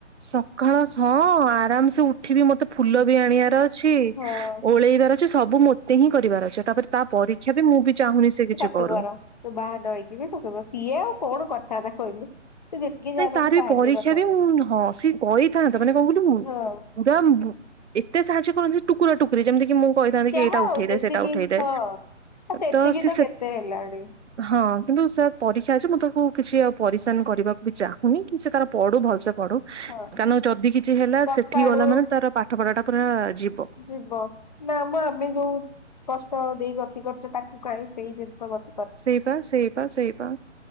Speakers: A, on the right; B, on the left.
A: ସକାଳ ଛଅ ଆରାମସେ ଉଠିବି ମତେ ଫୁଲ ବି ଆଣିବାର ଅଛି
B: ହଁ
A: ଓଳେଇବାର, ସବୁ ମତେ ହିଁ କରିବାର ଅଛ ତାପରେ ତା ପରୀକ୍ଷା ବି ମୁଁ ବି ଚାହୁଁନି ସେ କିଛି,
B: ସେ
A: କରୁ
B: ଘର ତୁ ବାହାରଇକି ବି ଶଶୁଘ ସିଏ ଆଉ କଣ କଥା ତା କହିଲୁ, ତୁ ଯେତିକି
A: ନାଇଁ
B: ଯାହା ତାକୁ
A: ତାର ବି
B: ସାହାଯ୍ୟ
A: ପରୀକ୍ଷା
B: କରିଥାନ୍ତୁ
A: ବି ଉଁ ହଁ ସିଏ କରିଥାନ୍ତତା ମାନେ <unintelligible>
B: ହଁ
A: <unintelligible> ଏତେ ସାହାଯ୍ୟ କରୁ, ଟୁକୁରା ଟୁକୁରୀ ଯେମିତି କିି ମୁଁ କହିଥାନ୍ତି କି
B: ଯାହା
A: ଏଇଟା ଉଠେଇ
B: ଆଉ
A: ଦେ
B: ଯେତିକି
A: ସେଟା ଉଠେଇଦେ
B: ହଁ ଆ ସେତିକି
A: ତ ସେ-ସେ
B: କେତେ ହେଲାଣି
A: ହଁ କିନ୍ତୁ ସାର୍ ପରୀକ୍ଷା ଅଛି ମୁଁ ତାକୁ କିଛି ଆଉ ପରିସାନ କରିବା ବି ଚାହୁଁନି କି ସେ ତାର ପଢୁ ଭଲସେ ପଢୁ
B: ହଁ
A: କାରଣ ଯଦି କିଛି ହେଲା
B: ସକାଳୁ
A: ସେଠି ଗଲା ମାନେ ତାର, ପାଠ ପଢ଼ା ଟା ପୁରା ଯିବ,
B: ଯିବ ନା ମୁଁ ଆମେ ଯୋଉ କଷ୍ଟ ଦେଇ ଗତି କରୁଛେ ତାକୁ କାହିଁ ସେଇ ଜିନିଷ ଗତ୍
A: ସେଇ ପା ସେଇ ପା ସେଇ ପା